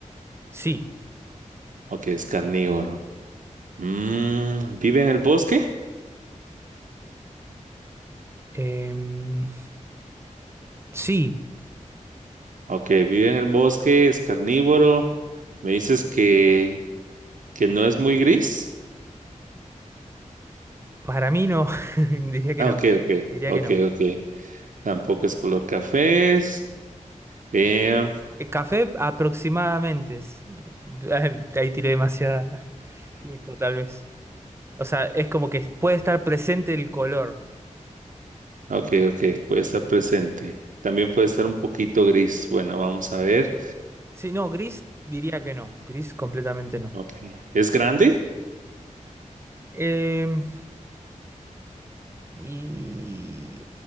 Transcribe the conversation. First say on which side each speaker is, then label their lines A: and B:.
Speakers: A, on the right; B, on the right.
A: Sí.
B: Ok, es carnívoro. Mm, ¿vive en el bosque?
A: Em, sí,
B: Ok, vive en el bosque, es carnívoro. Me dices que, que no es muy gris.
A: para mí no. <laughs> Diría que
B: Ah,
A: no.
B: ok, ok,
A: Diría
B: ok,
A: que no.
B: ok. Tampoco es color café. Eh,
A: Eh, Café aproximadamente. es- <laughs> eh, Ahí tiré demasiada <laughs> info, tal vez. O sea, es como que puede estar presente el color.
B: Ok, ok, puede estar presente. También puede estar un poquito gris. Bueno, vamos a ver.
A: Sí, no, gris diría que no. Gris completamente no.
B: Ok. ¿Es grande?
A: Em, y